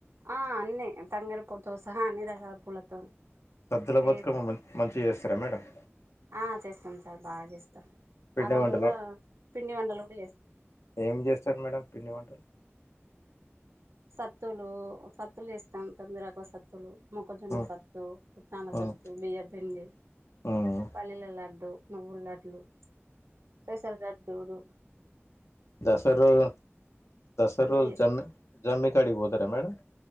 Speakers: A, on the right; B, on the left.
A: ఆ అన్నీ తంగెడు పూతో సహా అన్ని రకాల పూలతో
B: సద్దుల బతుకమ్మ
A: ఏ
B: మన్ మంచిగా చేస్తారా మేడమ్
A: ఆ చేస్తాం సార్ బాగా చేస్తాం
B: పిండి
A: ఆ రోజు
B: వంటలు
A: గూడా పిండి వంటలు గూడా చేస్తాం
B: ఏం చేస్తారు మేడమ్ పిండి వంటలు
A: సత్తులూ సత్తులు చేస్తాం తొమ్మిది రకాల సత్తులు మొక్కజొన్న
B: ఉమ్,
A: సత్తు పుట్నాల సత్తు
B: ఉమ్,
A: బియ్య పిండి
B: ఉమ్,
A: పల్లీల లడ్డు నువ్వులడ్లు పెసర లడ్డులు
B: దసర్ రోజు దసర్
A: అన్నీ
B: రోజు
A: చేస్తాం
B: జమ్మి జమ్మి కాడికి పోతరా మేడమ్